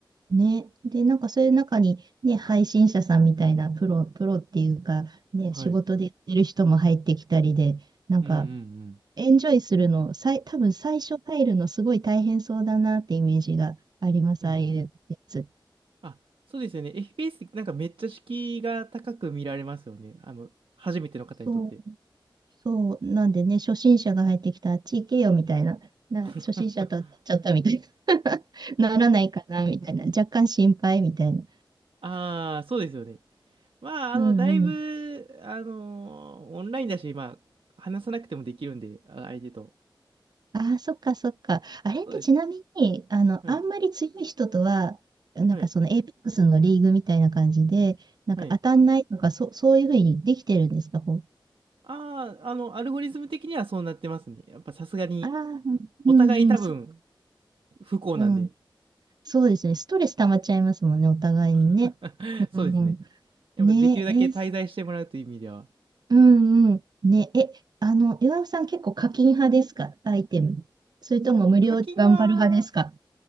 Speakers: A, on the right; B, on the right.
A: ね。で、なんかそういう中にね、配信者さんみたいなプロ、プロっていうか、ね、
B: はい。
A: 仕事でやってる人も入ってきたりで、なんか
B: うんうんう
A: エンジョイするの、さい、多分最初入るのすごい大変そうだなってイメージがあります、
B: ん。
A: ああいうやつ。
B: うん。あ、そうですよね。FPS ってなんかめっちゃ敷居が高く見られますよね。あの、初めての方にとって。
A: そうそう、なんでね、初心者が入ってきたら、あっち行けよみたいな、な、
B: <laughs>
A: 初心者と当たっちゃったみたいな、<laughs> ならないかなみたいな、若干心配みたいな。
B: ああ、そうですよね。まあ、
A: うんうん。
B: あの、だいぶ、あのーオンラインだし、まあ、話さなくてもできるんで、あ相手と。
A: ああ、そっかそっか。あれってちなみに、
B: そうですね。
A: あの、
B: はい。
A: あんまり強い人とは、なんかそのエイペックスのリーグみたいな感じで、
B: はい。
A: なんか当たんないとか、
B: はい。
A: そ、そういうふうにできてるんですか、ほう。
B: ああ、あの、アルゴリズム的にはそうなってますね。やっぱさすがに、
A: ああ、
B: お互い多分、
A: うんうん、そ、
B: 不幸なんで。
A: うん。そうですね。ストレス溜まっちゃいますもんね、お互いにね。
B: <laughs>
A: うんうん。
B: そうですね。やっぱできるだけ滞在してもらうという意味では。
A: ねえ、えーうんうん。ね、え、あの、岩尾さん結構課金派ですかアイテム。それとも無料頑張る派ですか
B: あ、課金は、